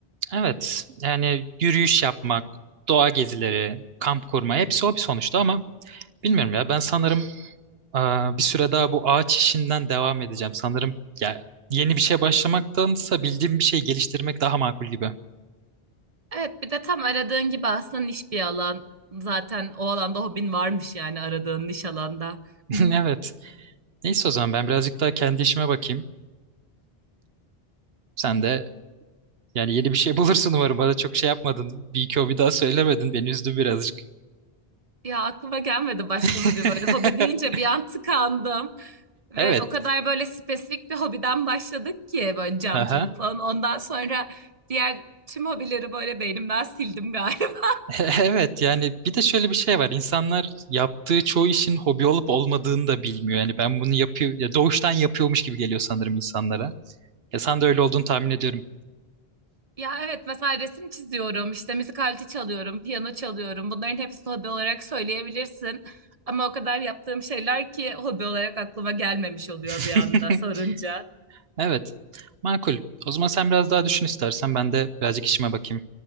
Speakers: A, on the right (about 75°); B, on the right (about 40°).
A: Evet yani yürüyüş yapmak, doğa gezileri, kamp kurma hepsi hobi sonuçta ama bilmiyorum ya ben sanırım Aa, bir süre daha bu ağaç işinden devam edeceğim. Sanırım ya yeni bir şey başlamaktansa bildiğim bir şey geliştirmek daha makul gibi.
B: Evet bir de tam aradığın gibi aslında niş bir alan. Zaten o alanda hobin varmış yani aradığın niş alanda.
A: <laughs>
B: <laughs>
A: Evet. Neyse o zaman ben birazcık daha kendi işime bakayım. Sen de yani yeni bir şey <laughs> bulursun umarım. Bana çok şey yapmadın. Bir iki hobi daha söylemedin. Beni üzdü birazcık.
B: Ya aklıma gelmedi başka
A: <laughs>
B: hobi böyle. Hobi deyince bir an tıkandım. Ve
A: Evet.
B: o kadar böyle spesifik bir hobiden başladık ki böyle camcılık
A: Aha.
B: falan. Ondan sonra diğer tüm hobileri böyle beynimden sildim galiba.
A: <laughs> Evet yani bir de şöyle bir şey var. İnsanlar yaptığı çoğu işin hobi olup olmadığını da bilmiyor. Yani ben bunu yapıyor ya doğuştan yapıyormuş gibi geliyor sanırım insanlara. Ya sen de öyle olduğunu tahmin ediyorum.
B: Ya evet mesela resim çiziyorum, işte müzik aleti çalıyorum, piyano çalıyorum. Bunların hepsini hobi olarak söyleyebilirsin. Ama o kadar yaptığım şeyler ki hobi olarak aklıma gelmemiş oluyor
A: <laughs>
B: bir anda sorunca.
A: Evet. Makul. O zaman sen biraz daha düşün istersen. Ben de birazcık işime bakayım.